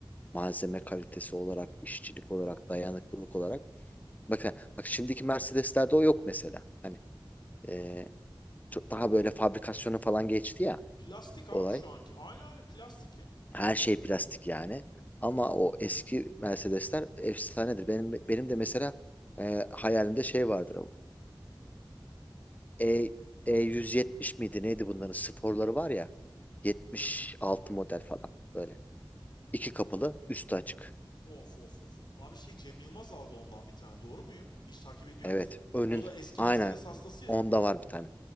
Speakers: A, on the left; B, on the left.
A: Malzeme kalitesi olarak, işçilik olarak, dayanıklılık olarak. Bakın, bak şimdiki Mercedeslerde o yok mesela. Hani e, çok daha böyle fabrikasyona falan geçti ya
B: Plastik abi
A: olay.
B: şu anki. Aynı aynı plastik ya.
A: Her şey plastik yani. Ama o eski Mercedesler efsanedir. Benim benim de mesela e, hayalimde şey vardır o. E, E170 miydi neydi bunların sporları var ya 76 model falan böyle. İki kapılı üstü açık.
B: Of of of of. Abi şey Cem Yılmaz aldı ondan bir tane. Doğru muyum? Hiç takip ediyor
A: Evet
B: musun?
A: önün
B: O da eski
A: aynen
B: Mercedes hastası ya.
A: onda var bir tane.